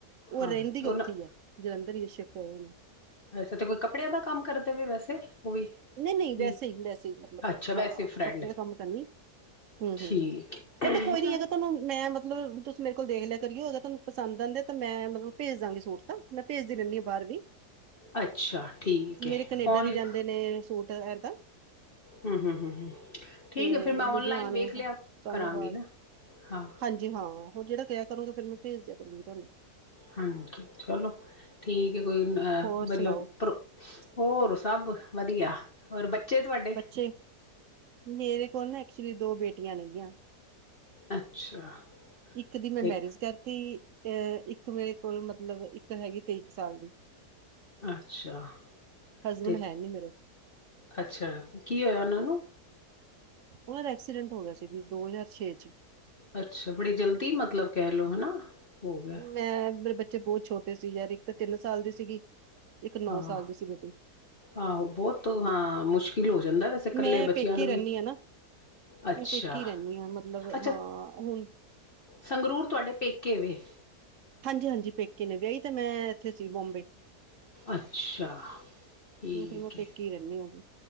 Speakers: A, on the right (about 65°); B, on the left (about 35°).
A: ਉਹ
B: ਹਾਂ
A: ਰੇਂਦੀ
B: ਤੇ ਉਹਨਾਂ
A: ਉੱਥੇ ਈ ਆ। ਜਲੰਧਰ ਹੀ ਸ਼ਿਫਟ ਹੋਏ ਨੇ
B: ਵੈਸੇ ਤੇ ਕੋਈ ਕੱਪੜਿਆਂ ਦਾ ਕੰਮ ਕਰਦੇਵੇ ਵੈਸੇ, ਉਹ ਵੀ
A: ਨਹੀਂ-ਨਹੀਂ
B: ਕੀ
A: ਵੈਸੇ ਈ-ਵੈਸੇ ਈ ਮਤਲਬ,
B: ਅੱਛਾ ਵੈਸੇ
A: ਹਾਂ
B: ਫਰੈਂਡ
A: ਕੱਪੜੇ
B: ਹੈ
A: ਦਾ ਕੰਮ ਤਾਂ ਨਹੀਂ ਹੁੰ,
B: ਠੀਕ
A: ਹੁੰ। ਉਹ ਤਾਂ ਕੋਈ ਨੀ
B: ਹੈ
A: ਹੈਗਾ ਤੁਹਾਨੂੰ, ਮੈਂ ਮਤਲਬ ਤੁਸ ਮੇਰੇ ਕੋਲ ਦੇਖ ਲਿਆ ਕਰਿਓ। ਅਗਰ ਤਾਨੂੰ ਪਸੰਦ ਆਂਦਾ ਤਾਂ ਮੈਂ ਮਤਲਬ ਭੇਜ਼ ਦਾਂਗੀ ਸੂਟ ਤਾਂ। ਮੈਂ ਪੇਜ਼ਦੀ ਰੇਨੀ ਆਂ ਬਾਹਰ ਵੀ।
B: ਅੱਛਾ ਠੀਕ ਹੈ
A: ਮੇਰੇ ਕੈਨੇਡਾ
B: ਔਨ
A: ਵੀ ਜਾਂਦੇ ਨੇ ਸੂਟ ਏਦਾਂ।
B: ਹੁੰ, ਹੁੰ, ਹੁੰ, ਹੁੰ ਠੀਕ
A: ਤੇ
B: ਐ ਫਿਰ ਮੈਂ
A: ਲੁਧਿਆਣੇ
B: ਔਨਲਾਈਨ ਵੇਖ ਲਿਆ
A: ਸਾਹਨੇਵਾਲ
B: ਕਰਾਂਗੀ ਨਾ, ਹਾ।
A: ਹਾਂਜੀ, ਹਾਂ। ਉਹ ਜਿਹੜਾ ਕਿਆ ਕਰੂੰਗੇ ਫੇਰ ਮੈਂ ਭੇਜ ਦਿਆ ਕਰੂੰਗੀ ਤਾਨੂੰ।
B: ਹਾਂਜੀ, ਚਲੋ ਠੀਕ ਐ ਕੋਈ ਨ ਹਾ
A: ਹੋਰ ਸੁਣਾਓ
B: ਮਤਲਬ ਪ੍ਰੋ ਹੋਰ ਸਭ ਵਧੀਆ, ਹੋਰ ਬੱਚੇ ਤੁਹਾਡੇ?
A: ਬੱਚੇ ਮੇਰੇ ਕੋਲ ਨਾ ਐਕਚੁਅਲੀ ਦੋ ਬੇਟੀਆਂ ਨੇ ਗਿਆ।
B: ਅੱਛਾ।
A: ਇੱਕ ਦੀ ਮੈਂ
B: ਤੇ
A: ਮੈਰਿਜ ਕਰਤੀ। ਅ ਇੱਕ ਮੇਰੇ ਕੋਲ ਮਤਲਬ, ਇੱਕ ਹੈਗੀ ਤੇਈਂ ਕੁ ਸਾਲ ਦੀ।
B: ਅੱਛਾ,
A: ਹਸਬੈਂਡ
B: ਤੇ
A: ਹੈ ਨੀ ਮੇਰੇ
B: ਅੱਛਾ ਕੀ ਹੋਆ ਉਹਨਾਂ ਨੂੰ?
A: ਉਹਨਾਂ ਦਾ ਐਕਸੀਡੈਂਟ ਹੋ ਗਿਆ ਸੀ ਜੀ, ਦੋ ਹਜ਼ਾਰ ਛੇ ਚ।
B: ਅੱਛਾ, ਬੜੀ ਜਲਦੀ ਮਤਲਬ ਕੇਹ ਲੋ ਹੋ ਗਿਆ।
A: ਮੈ, ਮੇਰੇ ਬੱਚੇ ਬੋਤ ਛੋਟੇ ਸੀ ਯਾਰ, ਇੱਕ ਤਾਂ ਤਿੰਨ ਸਾਲ ਦੀ ਸੀਗੀ, ਇੱਕ ਨੌਂ
B: ਹਾਂ
A: ਸਾਲ ਦੀ ਸੀ ਬੇਟੀ।
B: ਆਹੋ, ਬੋਤ, ਹਾਂ ਮੁਸ਼ਕਿਲ ਹੋ ਜਾਂਦਾ ਵੈਸੇ ਕੱਲੇ
A: ਮੈਂ
B: ਬੱਚਿਆਂ
A: ਪੇਕੇ
B: ਨੂੰ
A: ਰਹਿੰਦੀ
B: ਵੀ
A: ਹਾਂ ਨਾ
B: ਅੱਛਾ
A: ਮੈਂ ਪੇਕੇ ਈ ਰੇਂਨੀ ਆਂ, ਮਤਲਬ
B: ਅੱਛਾ
A: ਹਾਂ ਹੁਨ
B: ਸੰਗਰੂਰ ਤੁਹਾਡੇ ਪੇਕੇ ਵੇ।
A: ਹਾਂਜੀ-ਹਾਂਜੀ ਪੇਕੇ ਨੇ, ਵਿਆਹੀ ਤੇ ਮੈਂ ਇੱਥੇ ਸੀ ਬੋਮਬੇ
B: ਅੱਛਾ, ਠੀਕ
A: ਉਹ ਫਿਰ ਮੈਂ ਪੇਕੀ
B: ਐ।
A: ਰਹਿੰਦੀ ਹੋਗੀ